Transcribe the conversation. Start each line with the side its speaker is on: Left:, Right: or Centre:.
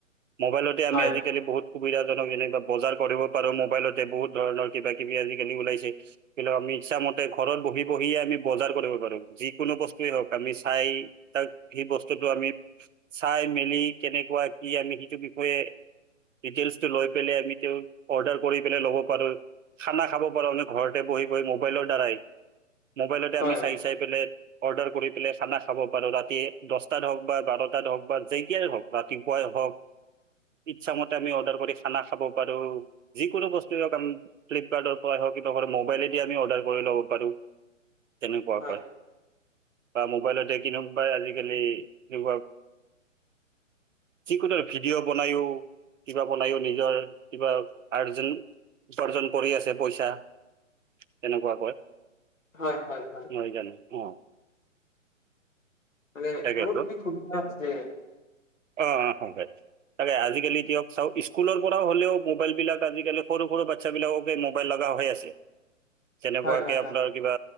Right: মোবাইলত আমি
Left: হয়,
Right: আজিকালি বহুত সুবিধাজন যেনে বা বজাৰ কৰিব পাৰো মোবাইলতে বহুত ধৰণৰ কিবা কিবি আজিকালি ওলাইছে। <unintelligible> আমি ইচ্ছামতে ঘৰত বহি বহিয়ে আমি বজাৰ কৰিব পাৰিম, যিকোনো বস্তুৱেই হওক আমি চাই তাক, সেই বস্তুটো আমি চাই মেলি কেনেকুৱা কি আমি সেইটো বিষয়ে ডিটেইলচটো লৈ পেলাই আমিতো অৰ্ডাৰ কৰি পেলাই ল'ব পাৰোঁ, খানা খাব পাৰোঁ মানে ঘৰতে বহি বহি মোবাইলৰ দ্বাৰাই। মোবাইলতে
Left: হয়,
Right: আমি চাই চাই পেলাই অৰ্ডাৰ কৰি পেলাই খানা খাব পাৰো ৰাতি দশটাত হওক বা বাৰটাত হওঁক বা যেইতাই হওক। ৰাতিপুৱাই হওক, ইচ্ছামতে আমি অৰ্ডাৰ কৰি খানা খাব পাৰোঁ। যিকোনো বস্তুয়ে হওক, ফ্লিপকাৰ্টৰ পৰা হওক কিবা মোবাইলেদি আমি অৰ্ডাৰ কৰি ল'ব পাৰোঁ। তেনেকুৱাকে।
Left: হয়,
Right: বা মোবাইলতে কিনো পাই আজিকালি, <unintelligible> যিকোনো ভিডিঅ' বনাইও, কিবা বনাইও নিজৰ কিবা আৰ্জন, উপাৰ্জন কৰি আছে পইচা, তেনেকুৱাকৈ।
Left: হয়, হয়, হয়,
Right: নহয় জানো অ,
Left: মানে,
Right: তাকেতো
Left: বহুতখিনি সুবিধা আছে।
Right: অ', অ, <unintelligible> তাকে আজিকালি দিয়ক চাওক স্কুলৰ পৰা হলেও মোবাইল বিলাক আজিকালি সৰু সৰু বা চ্ছা বিলাককে মোবাইল লগা হৈ আছে।
Left: <unintelligible>
Right: তেনেকুৱাকে
Left: হয়,
Right: আপোনাৰ
Left: হয়,
Right: কিবা